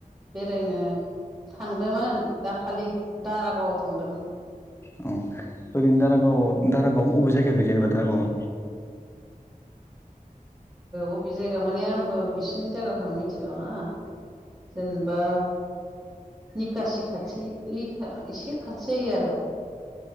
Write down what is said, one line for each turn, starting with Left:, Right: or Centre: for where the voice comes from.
Right: बेरायनो थांदोंमोन दाखालि दारागावआव थांदोंमोन।
Left: अ ओरैनो दारागाव दारागाव अबे जायगााख जेनेबा दारागावआ?
Right: अबे जायगा माने आंबो बिसिनि जायगाखौ मिथिबाङा। जेनेबा निखासि खाथि इ एसे खाथि जायो आरो।